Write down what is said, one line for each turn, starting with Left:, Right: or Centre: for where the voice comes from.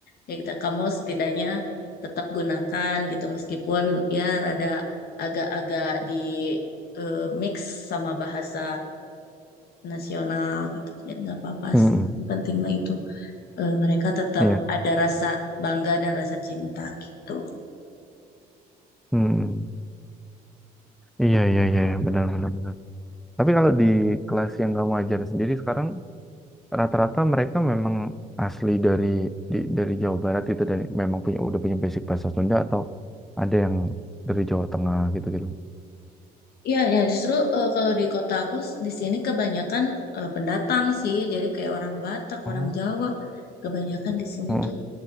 Left: Ya, kita, kamu setidaknya tetap gunakan gitu, meskipun ya rada agak-agak di eh, mix sama bahasa nasional gitu. Jadi nggak apa-apa
Centre: mm,
Left: sih.
Centre: mm,
Left: Yang penting mah itu eh, mereka tetap
Centre: iya
Left: ada rasa bangga dan rasa cinta gitu.
Centre: mm. iya iya iya benar benar benar tapi kalau di kelas yang kamu ajar sendiri sekarang rata-rata mereka memang asli dari di- dari Jawa Barat itu dan memang punya udah punya basic bahasa Sunda atau ada yang dari Jawa Tengah gitu gitu
Left: Iya, ya justru eh, kalau di kota aku s- di sini kebanyakan eh, pendatang sih. Jadi kayak orang Batak,
Centre: oh
Left: orang Jawa. Kebanyakan di sini
Centre: oh
Left: tuh